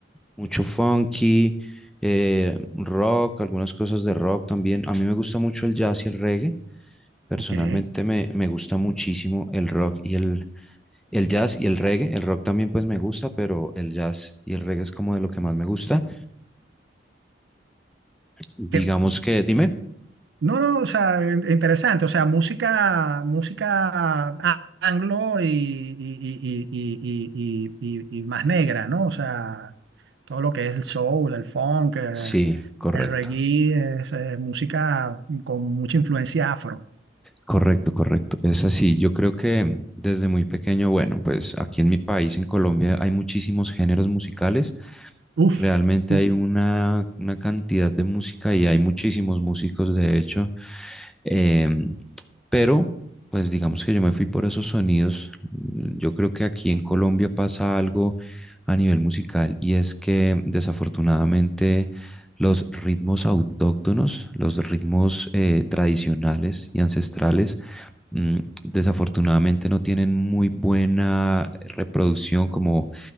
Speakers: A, in the centre; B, on the right.
A: mucho funky, eh, rock, algunas cosas de rock también. A mí me gusta mucho el jazz y el reggae. Personalmente
B: ok.
A: me, me gusta muchísimo el rock y el, el jazz y el reggae. El rock también pues me gusta, pero el jazz y el reggae es como de lo que más me gusta. Digamos
B: ¿Qué,
A: que, dime.
B: No, no, o sea, in- interesante, o sea, música, música a- anglo y, y, y, y, y, y, y- y más negra, ¿no? O sea, todo lo que es el soul, el funk, eh,
A: Sí, correcto.
B: el reggae, es, eh, música con mucha influencia afro.
A: Correcto, correcto. Es así. Yo creo que desde muy pequeño, bueno, pues aquí en mi país, en Colombia, hay muchísimos géneros musicales.
B: Uf,
A: Realmente
B: uf.
A: hay una, una cantidad de música y hay muchísimos músicos, de hecho. Em, pero, pues digamos que yo me fui por esos sonidos. Yo creo que aquí en Colombia pasa algo a nivel musical y es que desafortunadamente los ritmos autóctonos, los ritmos eh, tradicionales y ancestrales, mm, desafortunadamente no tienen muy buena reproducción, como,